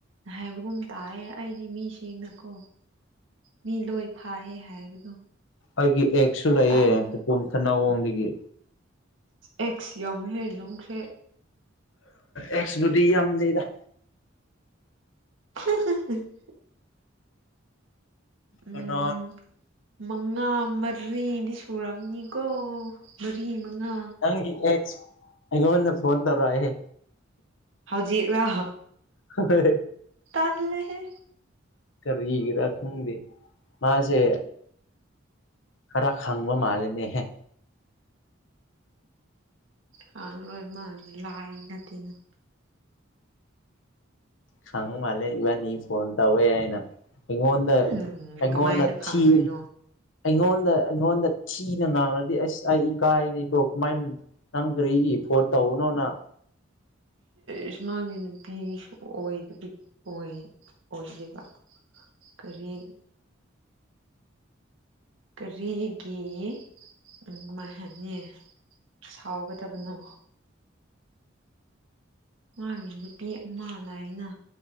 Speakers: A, on the right; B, on the left.
A: ꯍꯥꯏꯕꯒꯨꯝ ꯇꯥꯏꯑꯦ ꯑꯩꯗꯤ ꯃꯤꯁꯤꯡꯅꯀꯣ ꯃꯤ ꯂꯣꯏ ꯐꯥꯏꯌꯦ ꯍꯥꯏꯕꯗꯣ
B: ꯑꯩꯒꯤ ꯑꯦꯛꯁꯨ ꯂꯩꯌꯦ
A: ꯇꯥꯏꯕ
B: ꯍꯨꯄꯣꯝ ꯊꯅꯧꯔꯣꯝꯗꯒꯤ
A: ꯑꯦꯛꯁ ꯌꯥꯝꯃꯦ ꯍꯦ ꯅꯪꯁꯦ
B: ꯑꯦꯛꯁꯕꯨꯗꯤ ꯌꯥꯝ ꯂꯩꯗ
A: <unintelligible> ꯎꯝ
B: ꯀꯅꯥ
A: ꯎꯝ ꯃꯉꯥ ꯃꯔꯤꯗꯤ ꯁꯨꯔꯅꯤꯀꯣ ꯃꯔꯤ ꯃꯉꯥ
B: ꯅꯪꯒꯤ ꯑꯦꯛꯁ ꯑꯩꯉꯣꯟꯗꯥ ꯐꯣꯅ ꯇꯧꯔꯛꯀꯦ ꯍꯦ
A: ꯍꯧꯖꯤ ꯔꯍ
B: ꯍꯣꯢ
A: ꯇꯜꯂꯦꯍꯦ
B: ꯀꯔꯤꯒꯔ ꯈꯪꯗꯦ ꯃꯥꯁꯦ ꯈꯔ ꯈꯪꯕ ꯃꯥꯂꯦꯅꯦ ꯍꯦ
A: ꯍꯃ ꯂꯥꯏ ꯅꯥꯇꯦ ꯅ
B: ꯈꯪ ꯃꯥꯂꯦ ꯏꯕꯅꯤ ꯐꯣꯟ ꯇꯧꯏ ꯍꯥꯢꯅ ꯑꯩꯉꯣꯟꯗ
A: ꯎꯝ
B: ꯑꯩꯉꯣꯟꯗ
A: ꯀꯃꯥꯏꯅ ꯈꯪꯗꯣꯏꯅꯣ
B: ꯊꯤ ꯑꯩꯉꯣꯟꯗ ꯑꯩꯉꯣꯟꯗ ꯊꯤꯅ ꯉꯥꯡꯉꯗꯤ ꯑꯁ ꯑꯩ ꯏꯀꯥꯏꯔꯤꯀꯣ ꯀꯃꯥꯏꯅꯅꯣ ꯅꯪ ꯀꯔꯤꯒꯤ ꯐꯣꯟ ꯇꯧꯕꯅꯣꯅ
A: ꯏꯁꯃꯥꯒꯤ ꯅꯨꯄꯤꯁꯨ ꯑꯣꯏꯗ ꯑꯣꯏ ꯑꯣꯏꯗꯕ ꯀꯔꯤ ꯀꯔꯤꯒꯤ ꯀꯃꯥꯏꯍꯥꯏꯅꯤ ꯁꯥꯎꯒꯗꯕꯅꯣ ꯃꯥꯒꯤ ꯅꯨꯄꯤ ꯑꯃ ꯂꯥꯏꯅ